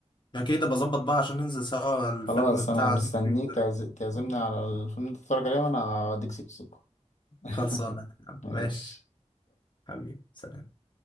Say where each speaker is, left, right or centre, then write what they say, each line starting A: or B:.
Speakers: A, on the left; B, on the left.
A: انا كده بظبط بقى عشان ننزل سوا الفيلم
B: خلاص
A: بتاع
B: أنا مستنيك
A: سيكو سيكو ده
B: تعز- تعزمني على الفيلم اللي أنت تتفرج عليه وأنا هديك سكسوكة <laughs>
A: خلصانة
B: ماشي
A: ماشي حبيبي سلام